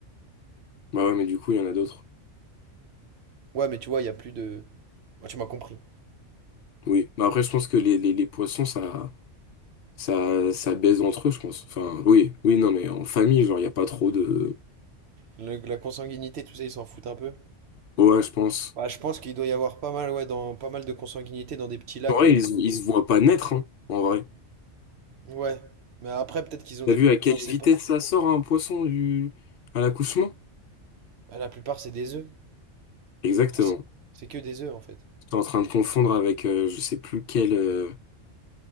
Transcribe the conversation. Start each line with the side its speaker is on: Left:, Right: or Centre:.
Left: Bah ouais, mais du coup, il y en a d'autres.
Right: Ouais, mais tu vois, il n'y a plus de. Ouais, tu m'as compris.
Left: Oui. Mais après, je pense que les, les, les poissons, ça, ça, ça baise entre eux, je pense. Enfin, oui, oui, non, mais en famille, genre, il n'y a pas trop de.
Right: Le- la consanguinité, tout ça, ils s'en foutent un peu.
Left: Ouais, je pense.
Right: Ouais, je pense qu'il doit y avoir pas mal, ouais, dans, pas mal de consanguinité dans des petits lacs
Left: En vrai,
Right: de.
Left: ils, se- ils se voient pas naître, hein, en vrai.
Right: Ouais. Mais après, peut-être qu'ils ont
Left: T'as
Right: des.
Left: vu à quelle
Right: On sait
Left: vitesse
Right: pas.
Left: ça sort un poisson du... à l'accouchement?
Right: Bah, la plupart, c'est des œufs.
Left: Exactement.
Right: Enfin, c'est c'est que des œufs, en fait.
Left: T'es en train de confondre avec euh, je sais plus quel... euh,